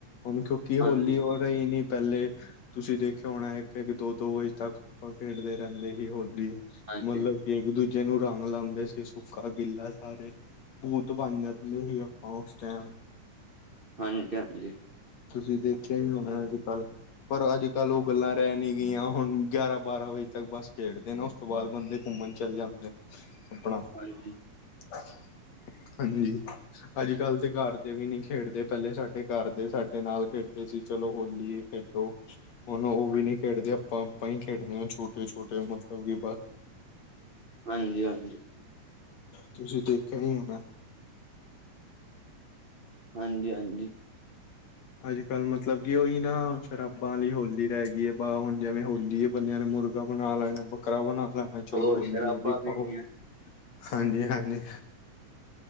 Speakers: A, on the left (about 60°); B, on the right (about 50°).
A: ਹੁਣ ਥੁਂਕਿ ਹੋਲੀ
B: ਹਾਂਜੀ,
A: ਓ ਰਈ ਨੀ ਪੈਲੇ ਤੁਸੀਂ ਦੇਖਿਆ ਹੋਣਾ ਇੱਕ-ਇੱਕ, ਦੋ-ਦੋ ਵਜੇ ਤੱਕ ਆਪਾਂ ਖੇਡਦੇ ਰੈੰਦੇ ਹੀ ਹੋਲੀ
B: ਹਾਂਜੀ,
A: ਮਤਲਬ ਕਿ ਏਕ-ਦੂਜੇ ਨੂੰ ਰੰਗ ਲਾਂਦੇ ਸੀ ਸੁੱਕਾ ਗਿੱਲਾ ਸਾਰੇ ਭੂਤ ਬਣ ਜਾਂਦੇ ਸੀ ਆਪਾਂ ਉਸ ਟੈਮ
B: ਹਾਂਜੀ-ਹਾਂਜੀ।
A: ਤੁਸੀਂ ਦੇਖਿਆ ਈ ਹੋਣਾ ਅੱਜ-ਕੱਲ ਪਰ ਅੱਜ-ਕੱਲ ਓ ਗੱਲਾਂ ਰੈ ਨੀ ਗਈਆਂ ਹੁਣ ਗਿਆਰਾਂ- ਬਾਰਾਂ ਵਜੇ ਤੱਕ ਬਸ ਖੇਡਦੇ ਨੇ ਓਸ ਤੋਂ ਬਾਅਦ ਬੰਦੇ ਕੁੰਮਣ ਚਲੇ ਜਾਂਦੇ ਨੇ ਆਪਣਾ
B: ਹਾਂਜੀ।
A: <unintelligible> ਹਾਂਜੀ ਅੱਜ-ਕੱਲ ਤੇ ਕੱਰ ਦੇ ਵੀ ਨੀ ਖੇਡਦੇ ਪੈਲੇ ਸਾਡੇ ਘਰ ਦੇ ਸਾਡੇ ਸਾਡੇ ਨਾਲ ਖੇਡਦੇ ਸੀ। ਚਲੋ ਹੋਲੀ ਏ ਖੇਡੋ। ਹੁਣ ਓ ਵੀ ਨੀ ਖੇਡਦੇ ਆਪਾਂ-ਆਪਾਂ ਈ ਖੇਡਦੇ ਆ ਛੋਟੇ-ਛੋਟੇ ਮਤਲਬ ਕਿ ਬਸ
B: ਹਾਂਜੀ-ਹਾਂਜੀ।
A: ਤੁਸੀਂ ਦੇਖੇਆ ਈ ਹੋਣਾ
B: ਹਾਂਜੀ-ਹਾਂਜੀ।
A: ਅੱਜ-ਕੱਲ ਮਤਲਬ ਕਿ ਓਈ ਨਾ ਸ਼ਰਾਬਾਂ ਲਈ ਹੋਲੀ ਰੈ ਗਈ ਵੇ ਹੁਣ ਜੈਵੇਂ ਹੋਲੀ ਬੰਦਿਆ ਨੇ ਮੁਰਗਾ ਬਣਾ ਲੈਣਾ, ਬੱਕਰਾ ਬਣਾ ਲੈਣਾ ਚਲੋ
B: ਉਹ
A: ਹੋਲੀ
B: ਸ਼ਰਾਬਾਂ
A: ਐ ਜੀ ਖਾਓ।
B: ਪੀਣੀਆਂ
A: ਹਾਂਜੀ-ਹਾਂਜੀ।